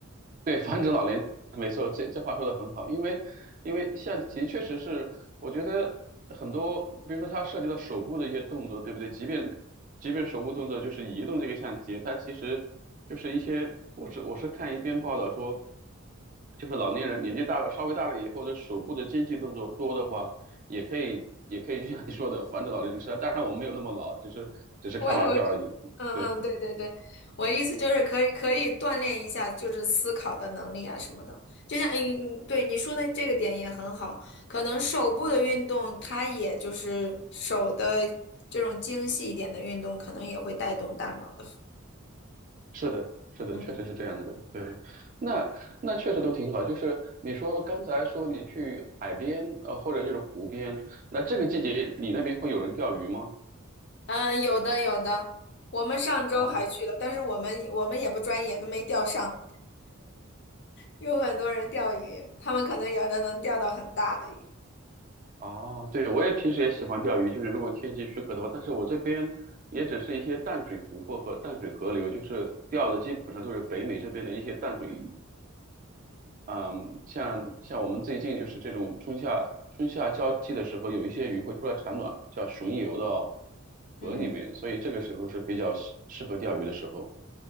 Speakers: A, on the right; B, on the left.
A: 对，防止老年，没错，这这话说的很好，因为因为象棋确实是，我觉得很多，比如说它涉及到手部的一些动作，对不对？即便即便手部动作就是移动这个相机，它其实就是一些，我是我是看一篇报道说，就是老年人年纪大了，稍微大了以后，这手部的精细动作多的话，也可以也可以就像你说的，防止老年痴呆。当然我们没有那么老，只是只是开玩笑而已。
B: <laughs> 我我嗯嗯，
A: 对。
B: 对对对，我意思就是可以可以锻炼一下，就是思考的能力啊什么的。就像嗯嗯，对你说的这个点也很好，可能手部的运动，它也就是手的这种精细一点的运动，可能也会带动大脑的
A: 是的，是的，
B: 嗯
A: 确实是这样子的。对，那那确实都挺好。就是你说刚才说你去海边，呃，或者就是湖边，那这个季节你那边会有人钓鱼吗？
B: 嗯，有的有的，我们上周还去了，
A: 哦
B: 但是我们我们也不专业，都没钓上。有很多人钓鱼，他们可能有的能钓到很大的鱼。
A: 哦，对，我也平时也喜欢钓鱼，就是如果天气许可的话，但是我这边也只是一些淡水湖泊和淡水河流，就是钓的基本上都是北美这边的一些淡水鱼。嗯，像像我们最近就是这种春夏春夏交替的时候，有一些鱼会出来产卵，叫巡游到
B: 嗯。
A: 河里面，所以这个时候是比较适适合钓鱼的时候。